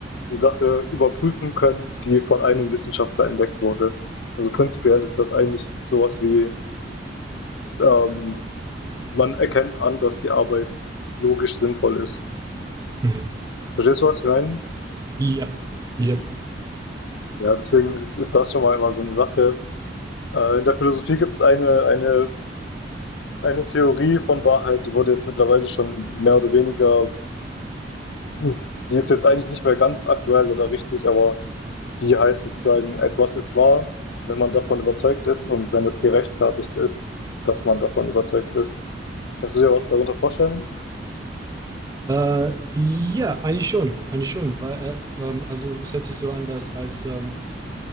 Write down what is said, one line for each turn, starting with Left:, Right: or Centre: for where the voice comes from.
Left: die Sache überprüfen können, die von einem Wissenschaftler entdeckt wurde. Also prinzipiell ist das eigentlich sowas wie ähm, man erkennt an, dass die Arbeit logisch sinnvoll ist.
Right: Mhm.
Left: Verstehst du, was ich meine?
Right: Ja. Ja.
Left: Ja, deswegen ist, ist das schon mal immer so eine Sache. Äh, in der Philosophie gibt es eine, eine, eine Theorie von Wahrheit, die wurde jetzt mittlerweile schon mehr oder weniger, hm, die ist jetzt eigentlich nicht mehr ganz aktuell oder richtig, aber die heißt sozusagen, etwas ist wahr, wenn man davon überzeugt ist und wenn es gerechtfertigt ist, dass man davon überzeugt ist. Kannst du dir was darunter vorstellen?
Right: Äh, ja, eigentlich schon, eigentlich schon, weil äh, ähm, also es hört sich so an, dass als ähm,